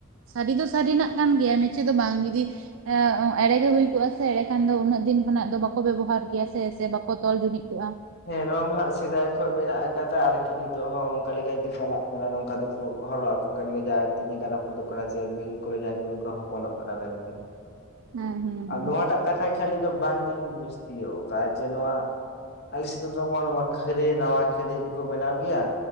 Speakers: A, on the right; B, on the left.
A: ᱥᱟᱹᱨᱤ ᱫᱚ ᱥᱟᱹᱨᱤᱱᱟᱜ ᱠᱟᱱ ᱜᱮᱭᱟ ᱢᱤᱪᱷᱟᱹ ᱫᱚ ᱵᱟᱝ ᱡᱩᱫᱤᱼᱼ ᱮ ᱩᱸ ᱮᱲᱮ ᱜᱮ ᱦᱩᱭ ᱠᱚᱜᱼᱟ ᱥᱮ ᱮᱸᱲᱮ ᱠᱷᱟᱱ ᱫᱚ ᱩᱱᱟᱹᱜ ᱫᱤᱱ ᱠᱷᱚᱱᱟᱜ ᱫᱚ ᱵᱟᱠᱚ ᱵᱮᱵᱚᱦᱟᱨ ᱠᱮᱭᱟ ᱥᱮ ᱥᱮ ᱵᱟᱠᱚ ᱛᱚᱞ ᱡᱩᱱᱤᱡ ᱠᱚᱜᱼᱟ᱾
B: ᱦᱮᱸ ᱱᱚᱣᱟ ᱢᱟᱦᱟᱸᱜ ᱥᱮᱫᱟᱭ ᱠᱷᱚᱡ ᱢᱮᱱᱟᱜᱼᱟ᱾ ᱠᱟᱫᱟ ᱟᱨᱠᱤ ᱱᱤᱛᱚᱜ ᱦᱚᱸ ᱚᱱᱠᱟ ᱞᱮᱠᱟ ᱜᱮ ᱪᱟᱞᱟᱜ ᱠᱟᱱᱟ ᱱᱚᱝᱠᱟ ᱫᱚᱠᱚ ᱦᱚᱨᱚᱜ ᱟᱠᱚ ᱠᱟᱱ ᱜᱮᱭᱟ ᱡᱟᱦᱟᱸᱭ ᱛᱤ ᱡᱟᱸᱜᱟ ᱨᱟᱹᱯᱩᱫᱚᱜ ᱠᱟᱱᱟ ᱥᱮ ᱢᱤᱦᱩ ᱠᱚᱨᱮ ᱡᱟᱦᱟᱸᱭ ᱠᱚᱨᱮᱱ ᱠᱚ ᱦᱚᱯᱚᱱᱚᱜ ᱠᱟᱱᱟ ᱢᱮᱱᱛᱮ᱾
A: ᱦᱮᱸ ᱦᱮᱸ
B: ᱟᱨ
A: ᱦᱮᱸ
B: ᱱᱚᱣᱟᱴᱟᱜ ᱠᱟᱛᱷᱟ ᱜᱮᱦᱟᱸᱜ ᱟᱹᱞᱤᱧ ᱫᱚ ᱵᱟᱝᱞᱤᱧ ᱵᱩᱡ ᱛᱤᱭᱳ ᱚᱠᱟᱜ ᱡᱮ ᱱᱚᱣᱟ ᱟᱞᱮ ᱥᱮᱫ ᱫᱚ ᱱᱚᱣᱟ ᱱᱚᱣᱟ ᱠᱷᱟᱹᱨᱟᱹᱭ ᱱᱟᱣᱟ ᱠᱷᱟᱹᱨᱟᱹᱭ ᱠᱚᱠᱚ ᱵᱮᱱᱟᱣ ᱜᱮᱭᱟ᱾